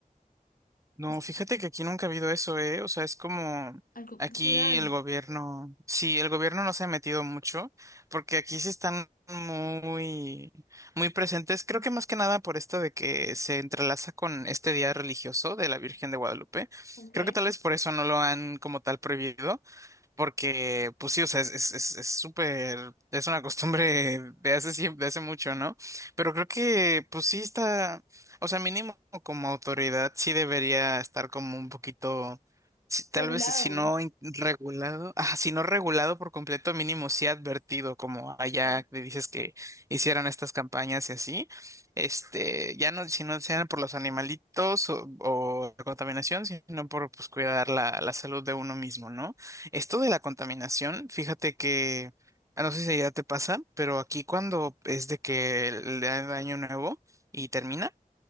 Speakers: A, on the right; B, on the left.
A: No,
B: Es
A: fíjate que aquí nunca ha habido eso, ¿eh? O sea, es como
B: algo
A: aquí
B: cultural.
A: el gobierno, sí, el gobierno no se ha metido mucho, porque aquí sí están muy, muy presentes, creo que más que nada por esto de que se entrelaza con este día religioso de la Virgen de Guadalupe.
B: Ok.
A: Creo que tal vez por eso no lo han como tal prohibido, porque, pues sí, o sea, es, es, es, es súper, es una costumbre <laughs> de hace siempre, de hace mucho, ¿no? Pero creo que, pues sí está, o sea, mínimo como autoridad sí debería estar como un poquito, si- tal
B: Regulado.
A: vez si no in- regulado, ah, si no regulado por completo, mínimo sí advertido, como allá
B: totalmente
A: que dices que hicieran estas campañas y así. Este, ya no, si no sean por los animalitos o, o la contaminación, sino por pues cuidar la, la salud de uno mismo, ¿no? Esto de la contaminación, fíjate que, ah, no sé si ya te pasa, pero aquí cuando es de que el, el año nuevo y termina,